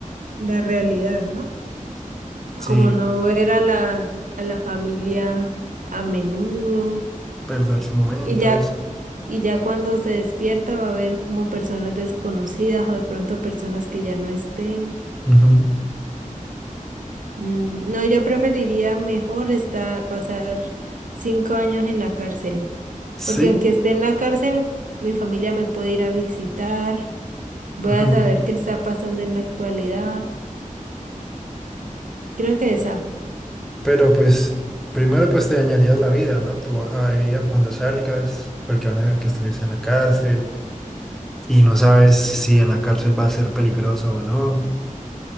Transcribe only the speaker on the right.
la realidad, ¿no? Como
no ver a la, a la familia a menudo.
Y ya, y ya cuando se despierta va a ver como personas desconocidas o de pronto personas que ya no estén.
Mm, no, yo preferiría mejor estar, pasar cinco años en la cárcel,
porque aunque esté en la cárcel, mi familia me puede ir a visitar, voy
a saber qué está pasando en la actualidad, creo que esa,